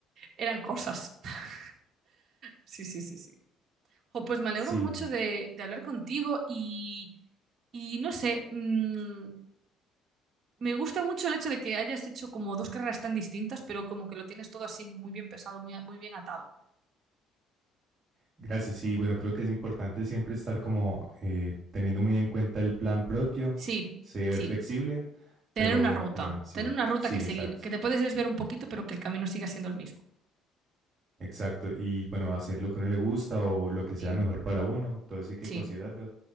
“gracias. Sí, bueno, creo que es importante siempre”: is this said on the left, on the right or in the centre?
Right